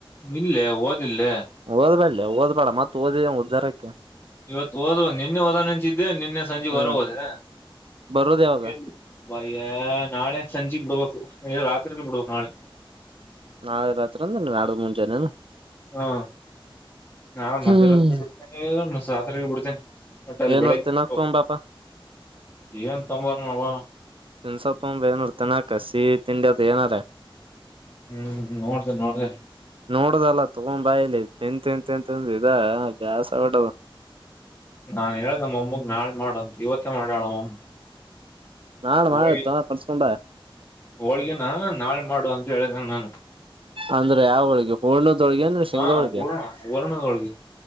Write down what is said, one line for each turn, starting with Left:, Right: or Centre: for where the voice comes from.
Left: ಇಲ್ಲೇ ಓದಿಲ್ಲೆ
Right: ಓದ್ಬೇಡ್ಲಿ ಓದ್ಬೇಡ ಮತ್ತ ಓದಿದೆ ಉದ್ದಾರ ಕ್ಕಿ
Left: ಇವತ್ತು ಓದು ನಿನ್ನೆ ಓದೋನ ಅಂತಿದ್ದೆ ನಿನ್ನೆ ಸಂಜೆ
Right: ಹ್ಮ್
Left: ಹೊರ ಹೋದೆ
Right: ಬರೋದ ಯಾವಾಗ
Left: ಎಲ್ಲಿ ಭಯ್ಯ ನಾಳೆ ಸಂಜೆಗ್ ಬಿಡ್ಬೇಕು ಇಲ್ ರಾತ್ರಿಗೆ ಬಿಡ್ಬೇಕು ನಾಳೆ
Right: ನಾಳೆ ರಾತ್ರಿ ಅಂದ್ರ ನಾಡದ ಮುಂಜೆನೇನ
Left: ಹಾ ನಾ ಮಧ್ಯರಾತ್ರಿ
Right: ಹ್ಮ್
Left: ಬಿಡ್ತೇನೆ ಸಾತ್ರಿ ಬಿಡ್ತೇನೆ ಬಟ್ ಅಲ್ಲಿ
Right: ಏನಾರ
Left: ಬೆಳಗ್ಗೆ
Right: ತಿನ್ನಾಕ್
Left: ಹೋಗ್ಬೇಕು.
Right: ತಗೊಂಡ್ ಬಾ ಪಾ
Left: ಏನ್ ತಮ್ ಬರೋಣ ಮಾವ
Right: ತಿನ್ಸ ತೊಗೊಂಡ್ ಬಾ ಏನರ ತಿನ್ನಕ್ ಕಸಿ ತಿಂದಿ ಅದ ಏನಾರ?
Left: ಹ್ಮ್ ನೋಡ್ತೇನೆ ನೋಡ್ತೇನೆ
Right: ನೋಡುದಲ್ಲ ತೋಗೊಂಬಾ ಇಲ್ಲಿ ತಿಂದ ತಿಂದ ತಿಂದ ಇದ ಬ್ಯಾಸರ ಆಗ್ಬಿಟದ್
Left: ನಾನ್ ಹೇಳ್ದಮ್ಮ ಅಮ್ಮಗ್ ನಾಳೆ ಮಾಡಂತ ಇವತ್ತೇ ಮಾಡಾಳಮ್ಮಮ್ಮ
Right: ನಾಳೆ
Left: ಹೋಳಿಗೆ
Right: ಮಾಡ ಕರ್ಸ್ಕೊಂಬ
Left: ಹೋಳಗೆ ನಾ ನಾಳೆ ಮಾಡ ಅಂತ ಹೇಳಿದ್ದೇನ ನಾ
Right: ಅಂದ್ರೆ ಯಾವ ಹೋಳಗೆ ಹೂರ್ಣದ ಹೋಳಗೆ ಶೇಂಗ
Left: ಹಾ
Right: ಹೋಳಗೆ
Left: ಹೂರಣ ಹೂರಣದ ಹೋಳ್ಗಿ